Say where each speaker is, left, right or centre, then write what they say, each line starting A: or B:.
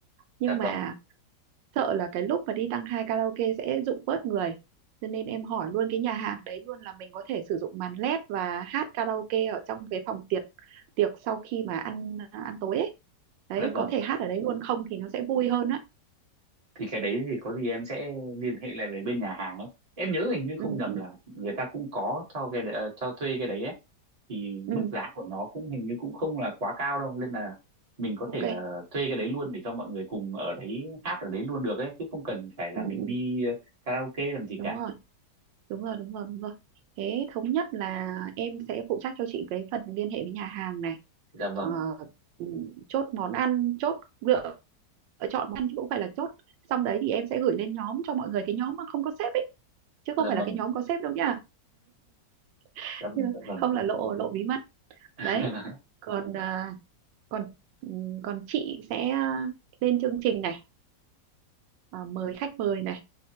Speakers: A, on the right; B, on the right.
A: nhưng
B: dạ
A: mà
B: vâng
A: sợ là cái lúc mà đi tăng hai karaoke sẽ rụng bớt người cho nên em hỏi luôn cái nhà hàng đấy luôn là mình có thể sử dụng màn led và hát karaoke ở trong cái phòng tiệc tiệc sau khi mà ăn à, ăn tối ấy. đấy
B: dạ vâng
A: có thể hát ở đấy luôn không thì nó sẽ vui hơn á
B: thì cái đấy thì có gì em sẽ liên hệ lại với bên nhà hàng ấy em nhớ hình như
A: ừ,
B: không nhầm
A: ừ,
B: là người ta cũng có cho cái đ- ờ, cho thuê cái đấy ấy thì
A: ừ,
B: mức giá của nó cũng hình như cũng không là quá cao đâu nên là mình có
A: ok
B: thể là thuê cái đấy luôn để cho mọi người cùng ở đấy hát ở đấy luôn được ấy chứ không cần phải là
A: ừ,
B: mình
A: ừ,
B: đi ờ, karaoke làm gì
A: đúng
B: cả
A: rồi đúng rồi đúng rồi đúng rồi thế thống nhất là em sẽ phụ trách cho chị cái phần liên hệ với nhà hàng này
B: dạ vâng
A: Ờ, ừ, chốt món ăn chốt lựa chọn món ăn chứ cũng phải là chốt xong đấy thì em sẽ gửi lên nhóm cho mọi người cái nhóm mà không có sếp ấy chứ không
B: dạ
A: phải
B: vâng
A: là cái nhóm có sếp đâu nhá <laughs>
B: dạ vâng dạ vâng
A: không là lộ lộ bí mật
B: <laughs>
A: đấy còn à, còn ừ, còn chị sẽ à, lên chương trình này à, mời khách mời này